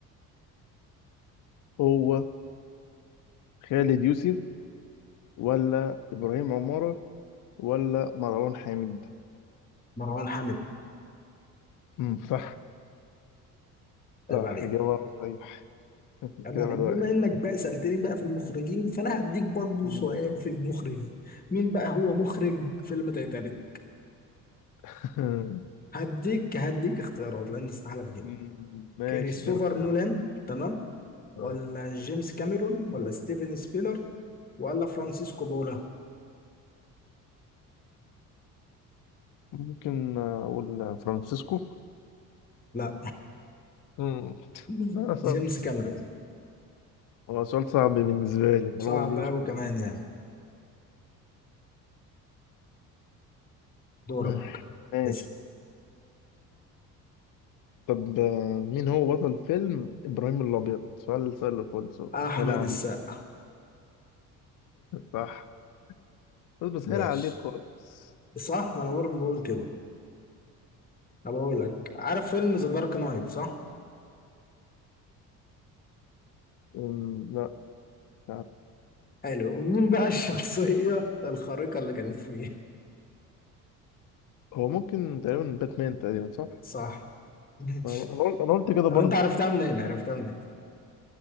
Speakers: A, on the left (about 45°); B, on the left (about 20°).
A: هو خالد يوسف ولا إبراهيم عمارة ولا مروان حامد
B: مروان حامد
A: مم، صح
B: عيب
A: صح
B: عليك
A: إجابة صحيح <laughs>
B: عيب
A: كده
B: عليك
A: واحد
B: بما
A: واحد
B: إنك بقى سألتني بقى في المخرجين فأنا هديك برضه
A: مم.
B: سؤال في المخرجين مين بقى هو مخرج فيلم تايتانيك
A: <laughs>
B: هديك هديك اختيارات لأن استحالة كده
A: مم. ماشي
B: كريستوفر
A: ادينا اختيارات
B: نولان تمام ولا
A: آه.
B: جيمس كاميرون ولا ستيفن سبيلر ولا فرانسيسكو بولا
A: ممكن أقول فرانسيسكو
B: لا
A: مم. <laughs>
B: <laughs>
A: لا أصلا
B: جيمس كاميرون
A: هو سؤال صعب بالنسبة لي المعلومة
B: صعب
A: دي
B: أوي
A: مش
B: كمان يعني دورك
A: <laughs> مم. ماشي
B: اسأل
A: طب آه، مين هو بطل فيلم إبراهيم الأبيض؟ سؤال سهل خالص أهو.
B: أحمد
A: سهل عليك
B: السقا
A: صح بس بسهل
B: ماشي
A: عليك خالص
B: صح أنا برضه بقول كده أنا بقول لك عارف فيلم ذا دارك نايت صح؟
A: أم، لا مش عارف
B: حلو ومين بقى <laughs> الشخصية الخارقة اللي كانت فيه؟
A: هو ممكن تقريبا باتمان تقريبا صح؟
B: صح ماشي
A: أنا أنا قلت أنا قلت كده
B: طب
A: برضه
B: أنت عرفتها منين؟ عرفتها منين؟